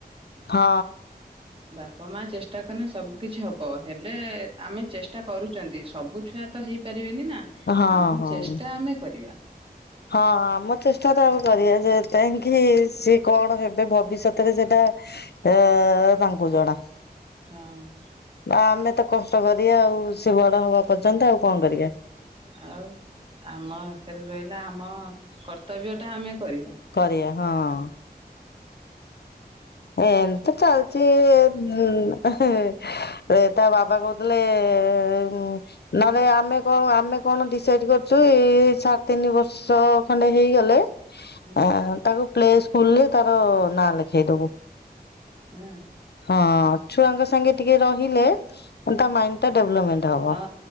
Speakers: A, on the left (about 80°); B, on the right (about 35°).
A: ହଁ।
B: ବାପା ମା ଚେଷ୍ଟା କନେ ସବୁ କିଛି ହବ ହେଲେ ଆମେ ଚେଷ୍ଟା କରୁଛନ୍ତି ସବୁ ଛୁଆ ତ ହେଇପାରିବେନି ନା
A: ହଁ
B: ଆମ
A: ହଁ।
B: ଚେଷ୍ଟା ଆମେ କରିବା
A: ହଁ ଆମ ଚେଷ୍ଟା ତ ଆମେ କରିବା ଯେ ଯାଇକି ସି କଣ ହେବେ ଭବିଷ୍ୟତରେ ସେଟା ଏ ତାଙ୍କୁ ଜଣା।
B: ହଁ।
A: ଆମେ ତ କଷ୍ଟ କରିବା ଆଉ ସେ ବଡ ହବା ପର୍ଯ୍ୟନ୍ତ ଆଉ କଣ କରିବା।
B: ଆଉ ଆମ ହାତରେ ରହିଲା ଆମ କର୍ତ୍ତବ୍ୟ ଟା ଆମେ କରି ବା
A: କରିବା ହଁ। ଏମିତି ଚାଲିଛିରେ ତା ବାବା କହୁ। ବଲେ <unintelligible> ନହେଲେ ଆମେ କଣ ଆମେ କଣ ଡିସାଇଡ କରିଛୁ, ଏଇ ସାଢେ ତିନି ବର୍ଷ ଖଣ୍ଡେ ହେଇଗଲେ
B: ହୁଁ
A: ଆ ତାକୁ ପ୍ଲେ ସ୍କୁଲରେ ତାର ନାଁ ଲେଖେଇଦବୁ।
B: ହୁଁ।
A: ହଁ, ଛୁଆଙ୍କ ସାଙ୍ଗେ ଟିକେ ରହିଲେ, ମାନେ ତା ମାଇଣ୍ଡ ଟା ଡେଭଲପମେଣ୍ଟ ହବ।
B: ହଁ